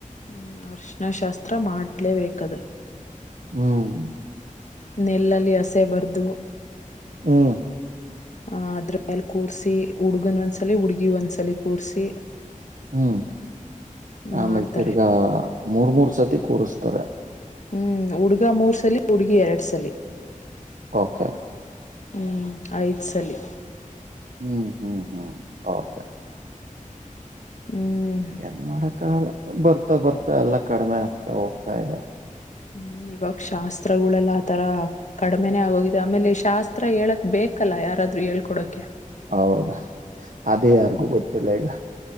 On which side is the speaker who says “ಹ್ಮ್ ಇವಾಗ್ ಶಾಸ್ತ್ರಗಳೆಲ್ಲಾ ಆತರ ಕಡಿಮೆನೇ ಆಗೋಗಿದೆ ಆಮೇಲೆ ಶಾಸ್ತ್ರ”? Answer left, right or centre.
Left